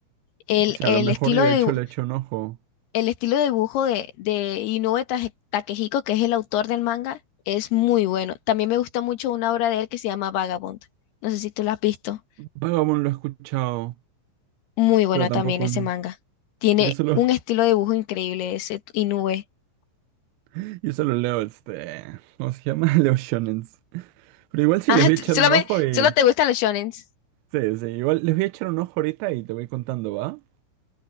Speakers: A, on the left; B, on the right.
A: El,
B: o sea
A: el
B: a lo mejor
A: estilo
B: y de
A: de,
B: hecho
A: dibu-
B: le echo un ojo.
A: el estilo de dibujo de, de Inoue Taje- Takehiko, que es el autor del manga, es muy bueno. También me gusta mucho una obra de él que se llama Vagabond. No sé si tú la has visto.
B: Vagabond lo he escuchado,
A: Muy bueno
B: pero tampoco
A: también ese
B: no.
A: manga. Tiene
B: Yo solo,
A: un estilo de dibujo increíble ese t- Inoue. <laughs>
B: <laughs> yo solo leo este. ¿Cómo se llama? <laughs> Leo shonens. Pero igual sí
A: Ah,
B: les voy
A: t-
B: a echar
A: solamente,
B: un ojo y.
A: solo te gustan los shonens.
B: Sí, sí, igual les voy a echar un ojo ahorita y te voy contando, ¿va?